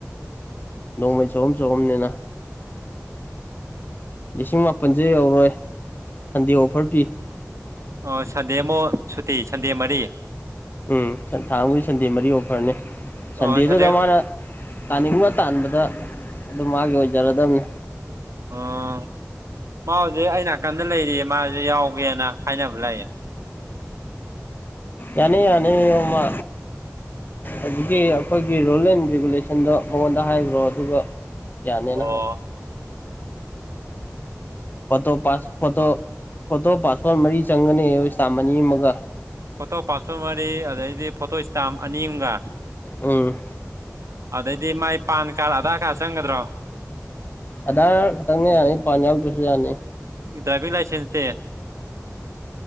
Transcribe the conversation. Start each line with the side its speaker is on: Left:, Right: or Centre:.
Left: ꯅꯣꯡꯃꯩ ꯆꯍꯨꯝ ꯆꯍꯨꯝꯅꯤꯅ ꯂꯤꯁꯤꯡ ꯃꯥꯄꯜꯁꯦ ꯌꯧꯔꯣꯏ ꯁꯟꯗꯦ ꯑꯣꯐꯔ ꯄꯤ
Right: ꯑꯣ ꯁꯟꯗꯦ ꯑꯃꯨꯛ ꯁꯨꯇꯤ ꯁꯟꯗꯦ ꯃꯔꯤ
Left: ꯎꯝ ꯊꯥꯡ ꯑꯃꯒꯤ ꯁꯟꯗꯦ ꯃꯔꯤ ꯑꯣꯐꯔꯅꯤ ꯁꯟꯗꯦꯗꯨꯗ
Right: ꯑꯣ ꯁꯟꯗꯦ
Left: ꯃꯥꯅ ꯇꯥꯅꯤꯡꯕ ꯇꯥꯟꯕꯗ ꯑꯗꯨꯝ ꯃꯥꯒꯤ ꯑꯣꯏꯖꯔꯗꯕꯅꯤ
Right: ꯑꯣ ꯃꯥ ꯍꯧꯁꯦ ꯑꯩ ꯅꯥꯀꯟꯗ ꯂꯩꯔꯤꯌꯦ ꯃꯥꯁꯨ ꯌꯥꯎꯒꯦꯅ ꯍꯥꯏꯥꯏꯅꯕ ꯂꯩ
Left: ꯌꯥꯅꯤ ꯌꯥꯅꯤ ꯑꯣꯃ ꯑꯗꯨꯗꯤ ꯑꯩꯈꯣꯏꯒꯤ ꯔꯨꯜ ꯑꯦꯟ ꯔꯤꯒꯨꯂꯦꯁꯟꯗꯣ ꯃꯉꯣꯟꯗ ꯍꯥꯏꯈ꯭ꯔꯣ ꯑꯗꯨꯒ ꯌꯥꯅꯅ
Right: ꯑꯣ
Left: ꯍꯥꯏ ꯐꯣꯇꯣ ꯐꯣꯇꯣ ꯐꯣꯇꯣ ꯄꯥꯁꯋꯥꯗ ꯃꯔꯤ ꯆꯪꯒꯅꯤ ꯑꯩꯣꯏꯁꯇꯥꯃ ꯑꯅꯤ ꯑꯃꯒ
Right: ꯐꯣꯇꯣ ꯄꯥꯁꯋꯥꯗ ꯃꯔꯤ ꯑꯗꯩꯗꯤ ꯐꯣꯇꯣ ꯏꯁꯇꯥꯝ ꯑꯅꯤ ꯑꯝꯒ
Left: ꯎꯝ
Right: ꯑꯗꯩꯗꯤ ꯃꯥꯏ ꯄꯥꯟ ꯀꯥꯔꯗ ꯑꯙꯥꯔ ꯀꯥꯔꯗ ꯆꯪꯒꯗ꯭ꯔꯣ
Left: ꯑꯗꯥꯥ ꯈꯇꯪꯅ ꯌꯥꯅꯤ ꯄꯥꯟ ꯌꯥꯎꯛꯇ꯭ꯔꯁꯨ ꯌꯥꯅꯤ
Right: ꯗ꯭ꯔꯥꯏꯕꯤꯡ ꯂꯥꯏꯁꯦꯟꯁꯦ